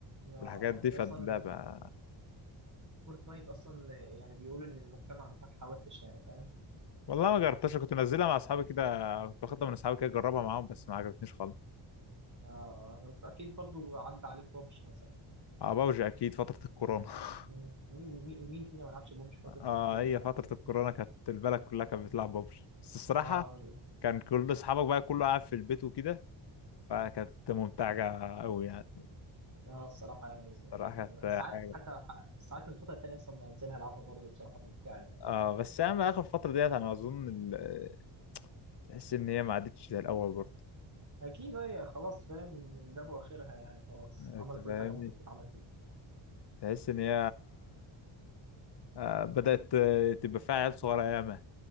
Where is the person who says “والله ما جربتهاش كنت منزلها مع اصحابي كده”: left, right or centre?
Left